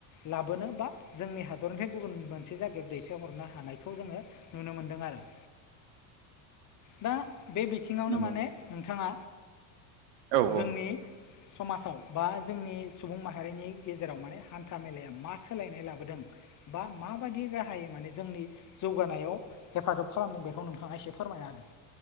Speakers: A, on the left (about 40°); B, on the right (about 65°).
A: लाबोनो बा जोंनि हादरनिफ्राय गुबुन मोनसे जायगायाव दैथायहरनो हानायखौ जोङो नुनो मोन्दों आरो
B: <inaudible>
A: दा बे बिथिआवनो
B: नंगौ
A: माने नोंथांआ
B: औ औ
A: जोंनि समाजाव बा जोंनि सुबुं माहारिनि गेजेराव माने हान्था मेलाआ मा सोलायनाय लाबोदों बा माबादि राहायै माने जोंनि जौगानायाव हेफाजाब खालामदों बेखौ नोंथाआ एसे फोरमायना होदो